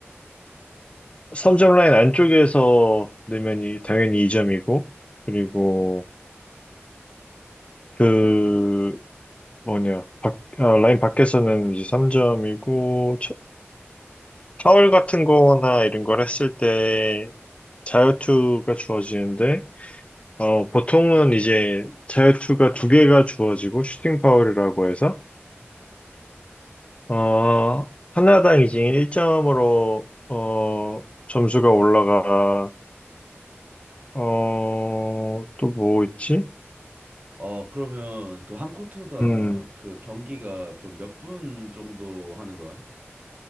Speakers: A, on the left; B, on the right.
A: 3점 라인 안쪽에서 넣으면 당연히 2점이고, 그리고 그, 뭐냐, 밖- 아, 라인 밖에서는 이제 3점이고, 파울 같은 거나 이런 걸 했을 때 자유투가 주어지는데, 어, 보통은 이제 자유투가 두 개가 주어지고, 슈팅 파울이라고 해서, 어, 하나당 이제 1점으로, 어, 점수가 올라가고, 어, 또 뭐 있지?
B: 어 그러면 그 한 쿼터당
A: 음,
B: 그 경기가 그 몇 분 정도 하는 거야?